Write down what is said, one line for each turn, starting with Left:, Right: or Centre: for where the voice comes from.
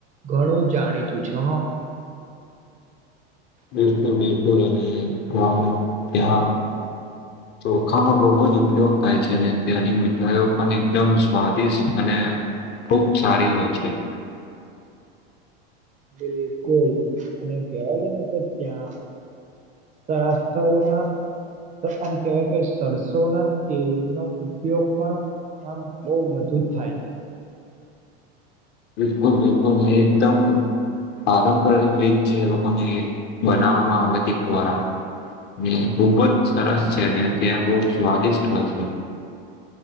Right: ઘણું જાણીતું છે હ
Left: બિકુલ બિલકુલ અરે ર તેં ચોખાનો બહુ જ ઉપયોગ થાય છે ને ત્યાંની મીઠાઈ પણ એકદમ સ્વાદિષ્ટ અને ને ખુબ સારી હોય છે.
Right: બિલકુલ અને કેવા છે ને કે ત્યાં તો આ સૌના તો આમ કેવાય કે સરસો ના તેલનો ઉપયોગ પણ આમ બઉ વધુથ થાય છે.
Left: બિલકુલ બિલકુલ નહી એકદમ પારંપરિક રીત જે લોકોને જે બનાવવામાં આવે તે ખોવારા ની ખુબ જ સરસ છે અને ને ત્યાં બહુ સ્વાદિષ્ટ હોય છે.